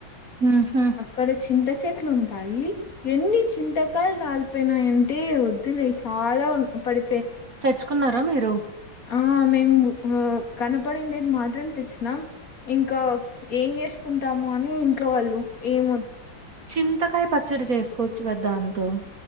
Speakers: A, on the right (about 50°); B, on the left (about 45°).
A: ఉహు
B: అక్కడ చింత చెట్లు ఉంటాయి ఎన్ని చింతకాలు రాలిపోయినాయంటే వద్దులే చాలా పడి
A: తెచ్చుకున్నారా మీరు
B: ఆ మేము కనపడింది మాత్రం చ్చ ఇంకా ఏం చేసుకుంటాము అని ఇంట్లో వాళ్ళు ఏమ
A: చింతకాయ పచ్చడి చేసుకోవచ్చు కదా దాంతో